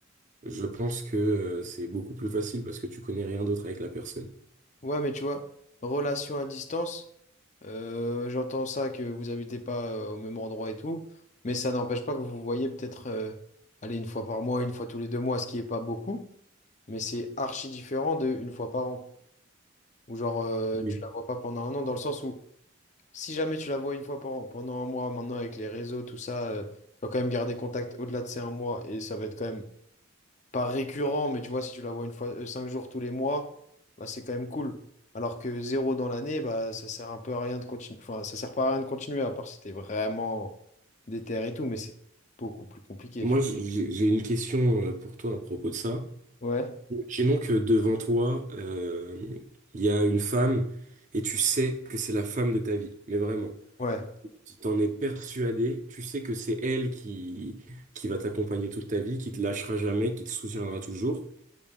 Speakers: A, on the right; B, on the left.
A: je pense que euh, c'est beaucoup plus facile parce que tu connais rien d'autre avec la personne.
B: ouais, mais tu vois, relation à distance, euh, j'entends ça que vous habitez pas euh, au même endroit et tout, mais ça n'empêche pas que vous vous voyez peut-être, euh, allez, une fois par mois, une fois tous les deux mois, ce qui est pas beaucoup. mais c'est archi différent de une fois par an. Ou genre, euh,
A: Oui.
B: tu la vois pas pendant un an, dans le sens où si jamais tu la vois une fois par an, pendant un mois, maintenant avec les réseaux, tout ça, euh, tu vas quand même garder contact au-delà de ces un mois et ça va être quand même pas récurrent, mais tu vois, si tu la vois une fois, euh, cinq jours tous les mois, bah, c'est quand même cool. Alors que zéro dans l'année, bah, ça sert un peu à rien de continuer. Enfin, ça sert pas à rien de continuer, à part si t'es vraiment déter et tout, mais c'est beaucoup plus compliqué,
A: Moi,
B: tu vois.
A: j- j'ai j'ai une question euh, pour toi à propos de ça.
B: Ouais,
A: Imaginons que devant toi, euh, il y a une femme et tu sais que c'est la femme de ta vie, mais vraiment.
B: ouais.
A: tu t'en es persuadé, tu sais que c'est elle qui, qui va t'accompagner toute ta vie, qui te lâchera jamais, qui te soutiendra toujours.